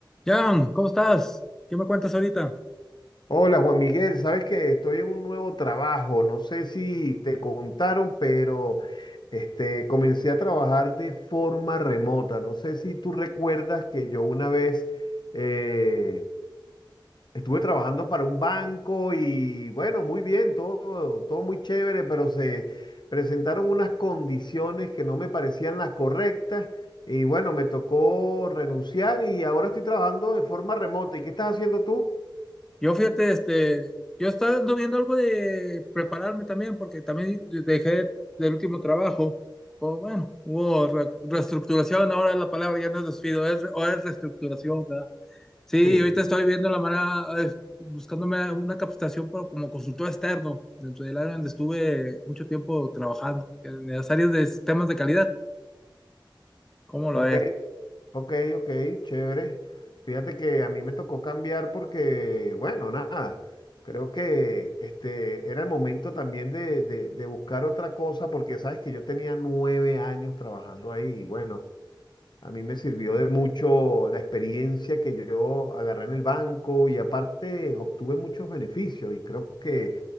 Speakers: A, in the centre; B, on the left.
A: Jan, ¿cómo estás? ¿Qué me cuentas ahorita?
B: Hola Juan Miguel, sabes que estoy en un nuevo trabajo, no sé si te contaron, pero este, comencé a trabajar de forma remota, no sé si tú recuerdas que yo una vez eh, estuve trabajando para un banco y bueno, muy bien, todo, todo muy chévere, pero se presentaron unas condiciones que no me parecían las correctas y bueno, me tocó renunciar y ahora estoy trabajando de forma remota. ¿Y qué estás haciendo tú?
A: Yo fíjate, este, yo estaba ando viendo algo de prepararme también, porque también de- dejé del último trabajo, o bueno, hubo re- reestructuración, ahora la palabra ya no es despido, es, re- ahora es reestructuración, ¿verdad? Sí,
B: Sí,
A: ahorita estoy viendo la manera, eh, buscándome una capacitación por- como consultor externo dentro del área donde estuve mucho tiempo trabajando, que en las áreas de sistemas de calidad, ¿cómo lo
B: ok.
A: es?
B: Ok, ok, chévere. Fíjate que a mí me tocó cambiar porque, bueno, nada, creo que este era el momento también de, de- de buscar otra cosa porque sabes que yo tenía nueve años trabajando ahí y bueno, a mí me sirvió de mucho la experiencia que yo agarré en el banco y aparte obtuve muchos beneficios y creo que